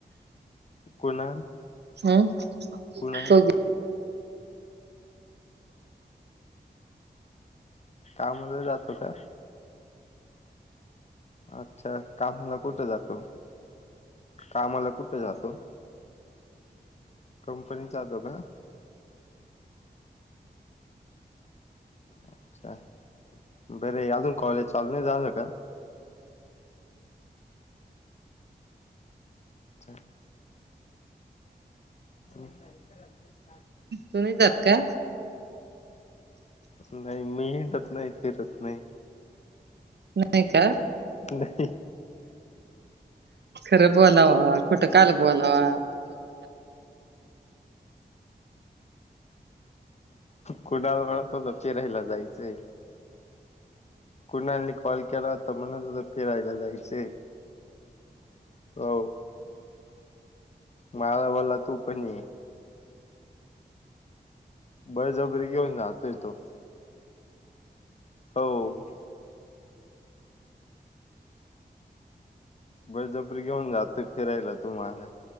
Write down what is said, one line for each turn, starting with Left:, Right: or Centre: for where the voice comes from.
Left: कुणाल
Right: हम्म
Left: कुणाल
Right: तो गे-
Left: काममध्ये जातो का अच्छा कामाला कुठ जातो कामाला कुठं जातो? कंपनीत जातो का? अच्छा बरे अजून कॉलेज चालून नाही झाल का? <unintelligible> <unintelligible>
Right: तुम्हीेच आहात का?
Left: नाही मी हिडत नाही फिरत नाही
Right: नाहीय का?
Left: नाही
Right: खरं बोलाव कुठं काल बोलावा
Left: कुणाल म्हणत होता फिरायला जायचंय कुणालनी कॉल केला होता म्हणत होता फिरायला जायचे हो मला बोला तू पण ये बळ जबरी घेऊन जातोय तो हो बळजबरी घेऊन जातो फिरायला तुम्हाला